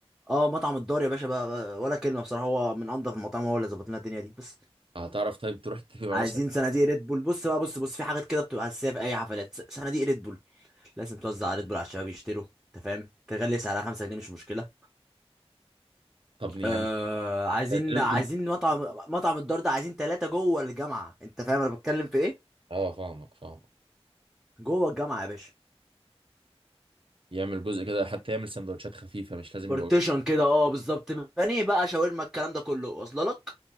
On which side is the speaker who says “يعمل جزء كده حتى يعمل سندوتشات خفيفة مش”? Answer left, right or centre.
Right